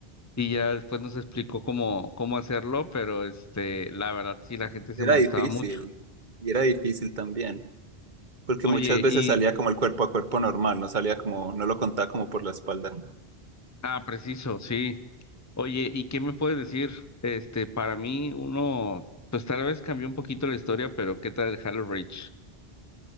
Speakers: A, on the left; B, on the right.
A: Y ya después nos explicó cómo, cómo hacerlo, pero este, la verdad sí, la gente se
B: Era
A: molestaba
B: difícil.
A: mucho.
B: Y era difícil también. porque
A: Oye,
B: muchas veces
A: y,
B: salía como el cuerpo a cuerpo normal, no salía como, no lo contaba como por la espalda.
A: ah, preciso, sí. Oye, ¿y qué me puedes decir? Este, para mí, uno, pues tal vez cambió un poquito la historia, pero ¿qué tal el Halo Reach?